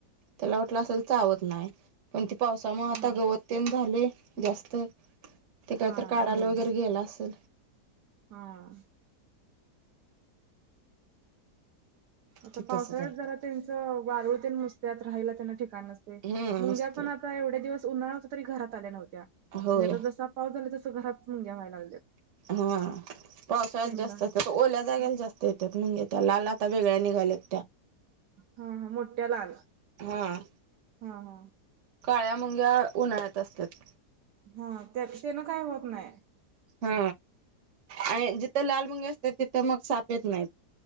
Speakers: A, on the right; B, on the right.
A: त्याला वाटलं असेल चावत नाही पण ती पावसामुळे आता
B: हा
A: गवततेन झाली जास्त ते काय
B: हा
A: तर काढायला वगैरे गेला असेल
B: हा आता
A: ते
B: पावसाळ्यात
A: तसं झालं
B: जरा त्यांच वारूळ त्यां नुसत्यात राहायला त्यांना ठिक
A: हम्म
B: मुंग्या
A: नसते
B: पण आता एवढ्या दिवस उन्हाळा होत तरी घरात आल्या नव्ह्या
A: होय
B: आणि आता जसा पाऊस झाला तस घरात मुंग्या व्हायला लागल्यात
A: हा पावसाळ्यात
B: शेंगदाण
A: जास्त असत तर ओल्या जागेला
B: हा
A: जास्त येतात म्हणजे त्या लाला आता वेळ्या निघालेत
B: हा हा मोठ्या लाल
A: हा
B: हा हा
A: काळ्या मंग्या उन्हाळ्यात असतात
B: हा तेनं काही होत नाही
A: हा आणि जिथं लाल मुंगे असते तिथं मग साप येत नाहीत